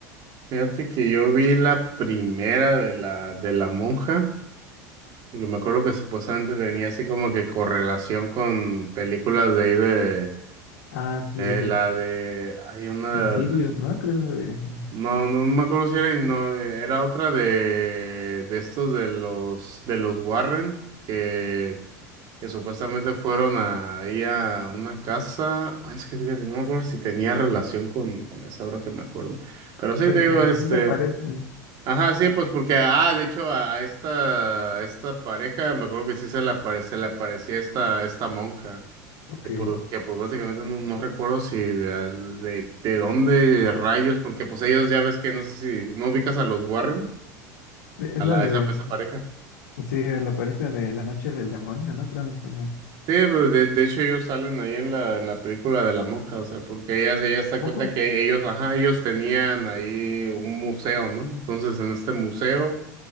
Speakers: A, on the right (about 50°); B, on the left (about 80°).
A: Fíjate que yo vi la primera de la, de la monja. Yo me acuerdo que supuestamente tenía así como que correlación con películas de ahí de,
B: Ah, sí,
A: de
B: de
A: la de, hay una,
B: Insidious, ¿no? Creo de,
A: no, no me acuerdo si era, no, era otra de, de estos de los, de los Warren, que, que supuestamente fueron a, ahí a una casa, bueno, es que fíjate, no me acuerdo si tenía relación con, con esa ahora que me acuerdo, pero sí
B: pero
A: te digo,
B: como
A: este,
B: que sí se parecen.
A: Ajá, sí, pues porque, ah, de hecho, a, a esta, a esta pareja, me acuerdo que sí se le, apare, se le aparecía esta, esta monja,
B: Ok.
A: que pues,
B: e,
A: que pues básicamente no, no recuerdo si de, al- de, de dónde rayos, porque pues ellos ya ves que no sé si, ¿no ubicas a los Warren?
B: Es
A: A
B: la
A: la, esa,
B: de,
A: esa pareja.
B: sí, la pareja de La Noche del Demonio, ¿no? Pero en español.
A: Sí, pues de, de hecho ellos salen ahí en la, en la película de la monja, o sea, porque ella, ella se
B: ¿A
A: da
B: poco?
A: cuenta que ellos, ajá, ellos tenían ahí un museo, ¿no? Entonces en este museo...